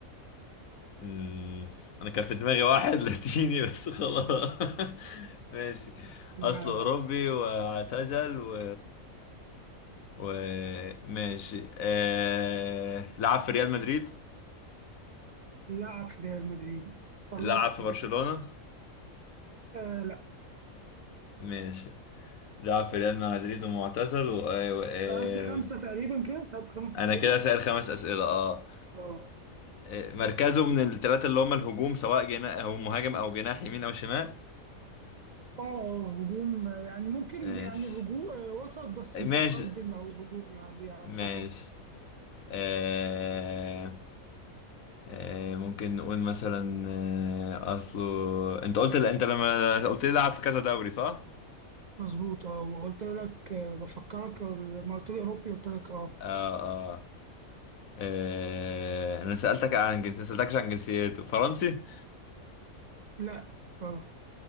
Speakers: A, on the left; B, on the right.
A: مم. انا كان في دماغي واحد <laughs> لاتيني بس خلاص <laughs> ماشي
B: لا
A: اصله
B: لا
A: اوروبي واعتزل و و ماشي آه... لعب في ريال مدريد
B: لاعب في ريال مدريد قربت
A: لعب في برشلونة
B: آه لا
A: ماشي لعب في ريال مدريد ومعتزل و... آه... و... آه...
B: سألت خمسة تقريبا كده سألت خمسة
A: انا
B: أسئلة
A: كده سائل خمس اسئلة اه
B: اه
A: آه، مركزه من الثلاثة اللي هم الهجوم سواء جناح او مهاجم او جناح يمين او شمال
B: اه هجوم آه، يعني ممكن
A: ماشي
B: يعني هجوم آه، وسط بس
A: ماشي
B: متقدم أو هجوم يعني على
A: ماشي
B: حسب
A: آه آه ممكن نقول مثلا آه اصله انت قلت انت لما قلت لي لعب في كذا دوري صح؟
B: مظبوط اه وقلت لك آه، بفكرك آه، لما قلت لي أوروبي قلت لك اه
A: آه آه, آه انا سألتك عن جنسيته سألتكش عن جنسيته فرنسي؟
B: لا اه